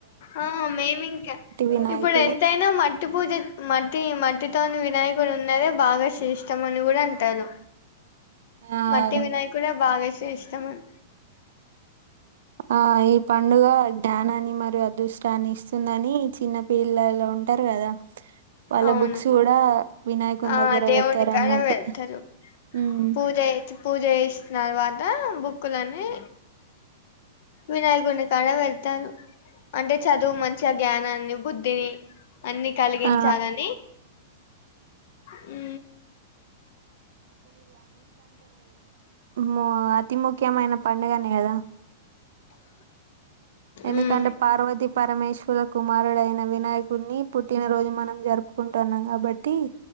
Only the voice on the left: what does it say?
ఆ మేమి ఇంకా
ఇప్పుడు ఎంతైనా మ పట్టి పూజ మట్టి, మట్టితో వినాయకుడు ఉన్నదే బాగా శ్రేష్టం అని కూడా అంటారు.
మట్టి
వినయ్ కూడా బాగా సేస్తామన్
అవును
ఆ
దేవుని
కాడ
పెడతారు
పూజ ఎత్ పూజ చేసిన తర్వాత బుక్కులన్ని వినాయకుని కాడ విడతారు అంటే చదువు మంచిగా జ్ఞానాన్ని బుద్ధిని అన్ని కలిగించాలని
హు
మ్మ్